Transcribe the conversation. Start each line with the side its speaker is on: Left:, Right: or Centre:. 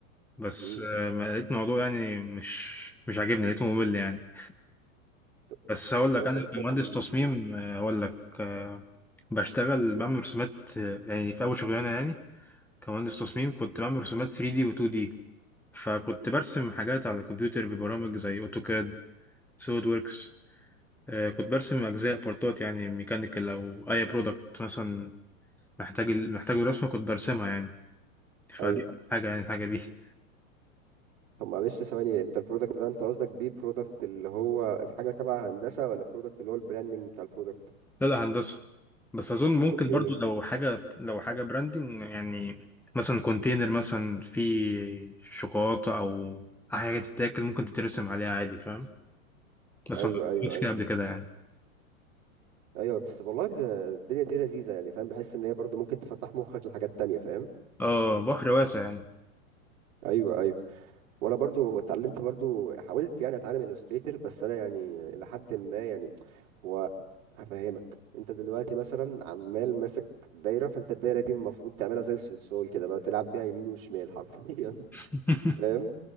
Centre: بس
Right: امم
Centre: آه، ما لقيت الموضوع يعني مش مش عاجبني لقيته ممل يعني
Right: طب
Centre: بس هقول لك
Right: طب انت
Centre: انا
Right: مثلا
Centre: كمهندس تصميم آه، هقول لك آه، بشتغل بعمل رسومات آه، يعني في اول شغلانه يعني كمهندس تصميم كنت بعمل رسومات 3D و 2D فكنت برسم حاجات على الكمبيوتر ببرامج زي اوتوكاد سوليد وركس آه، كنت برسم اجزاء بارتات يعني ميكانيكال او اي برودكت مثلا محتاج محتاج الرسمه كنت برسمها يعني فدي
Right: ايوه
Centre: أكتر حاجه يعني الحاجه دي
Right: طب معلش ثواني انت البرودكت ده انت قصدك بيه البرودكت اللي هو في حاجه تبع هندسه ولا برودكت اللي هو البراندنج بتاع البرودكت
Centre: لا لا هندسة بس أظن ممكن
Right: اوكي
Centre: برضو لو حاجة لو حاجة براندنج يعني مثلا كونتينر مثلا فيه شوكولاتة أو حاجة تتاكل ممكن تترسم عليها عادي فاهم بس
Right: ايوه
Centre: ما
Right: ايوه
Centre: عملتش
Right: ايوه
Centre: كده قبل كده يعني
Right: ايوه بس والله ب- الدنيا دي لذيذه يعني فاهم بحس ان هي برضو ممكن تفتح مخك لحاجات تانية فاهم
Centre: اه بحر واسع يعني
Right: ايوه ايوه وانا برضو اتعلمت برضو حاولت يعني اتعلم الستريتور بس انا يعني لحد ما يعني هو هفهمك انت دلوقتي مثلا عمال ماسك دايره فانت الدايره دي المفروض تعملها زي الصلصال كده بقى تلعب بيها يمين وشمال حرفيا
Centre: <laughs>
Right: <laughs> فاهم